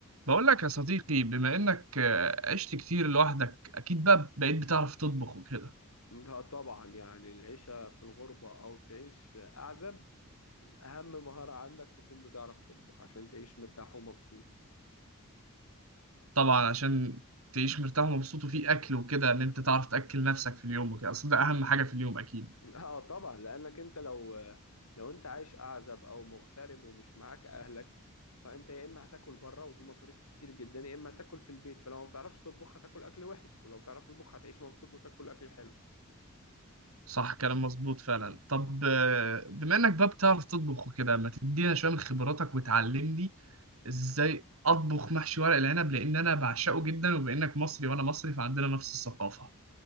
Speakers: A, on the right; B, on the left.
A: بقول لك يا صديقي بما انك آه، عشت كتير لوحدك اكيد بقى بقيت بتعرف تطبخ وكده
B: ده طبعا يعني العيشة في الغربة أو تعيش أعزب أهم مهارة عندك تكون بتعرف تطبخ عشان تعيش مرتاح ومبسوط
A: طبعا عشان تعيش مرتاح ومبسوط وفي اكل وكده ان انت تعرف تاكل نفسك في اليوم وكده اصل ده اهم حاجه في اليوم اكيد
B: <laughs> اه طبعا لأنك أنت لو لو أنت عايش أعزب أو مغترب ومش معاك أهلك فأنت يا إما هتاكل بره ودي مصاريف كتير جدا يا إما هتاكل في البيت فلو ما بتعرفش تطبخ هتاكل أكل وحش ولو بتعرف تطبخ هتعيش مبسوط وتاكل أكل حلو
A: صح كلام مظبوط فعلا طب آه، بما انك بقى بتعرف تطبخ وكده ما تدينا شويه من خبراتك وتعلمني ازاي اطبخ محشي ورق العنب لان انا بعشقه جدا وبانك مصري وانا مصري فعندنا نفس الثقافه